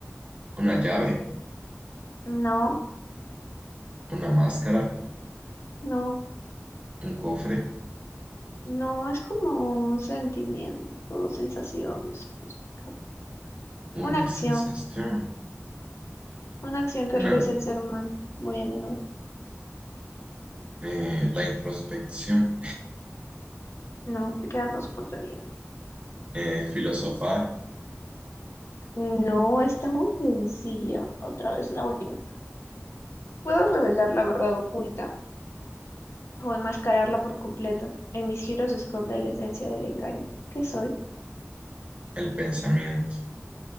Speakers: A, on the right; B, on the left.
A: Una llave,
B: No,
A: una máscara,
B: no,
A: un cofre,
B: no es como un sentimiento, sensación, no sé cómo explicar.
A: una
B: Una acción,
A: sensación.
B: una acción que
A: Una
B: realiza el ser humano muy a menudo.
A: eh, la introspección,
B: No, te quedan dos oportunidades.
A: eh, filosofar,
B: No, está muy sencilla. Otra vez la última. Puedo revelar la verdad oculta o enmascararla por completo. En mis giros se esconde la esencia del engaño. ¿Qué soy?
A: el pensamiento.